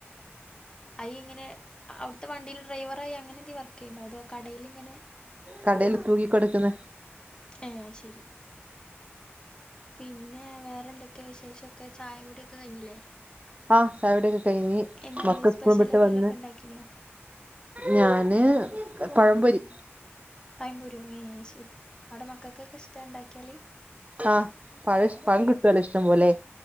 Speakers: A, on the left; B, on the right.
A: അയി ഇങ്ങനെ അവിടുത്തെ വണ്ടിയില് ഡ്രൈവറായി അങ്ങനെ എന്തേ വർക്ക് ചെയ്യണ്ടോ അതോ കടേൽ ഇങ്ങനെ
B: കടൽ തൂങ്ങി കെടുക്കുന്ന
A: ഏഹ് ശരി പിന്നെ വേറെന്തക്കെയാ വിശേഷക്കെ ചായ കുടിയൊക്കെ കഴിഞ്ഞില്ലേ
B: ആഹ് ചായുടിയൊക്കെ കഴിഞ്ഞ്
A: ഇന്നെന്തിയെ
B: മക്കൾ
A: സ്പെഷ്യൽ
B: സ്കൂൾ വിട്ട്
A: എന്തേലു
B: വന്ന്
A: ഒക്കെ ഉണ്ടാക്കിനോ?
B: ഞാന് പഴം പൊരി.
A: പയംപൊരിയൊ ഏ ശരി അവിടെ മക്കൾക്കൊക്കെ ഇഷ്ടാ ഉണ്ടാക്കിയാല്
B: ആഹ് പഴ പഴം കിട്ടുവല്ലോ ഇഷ്ടം പോലെ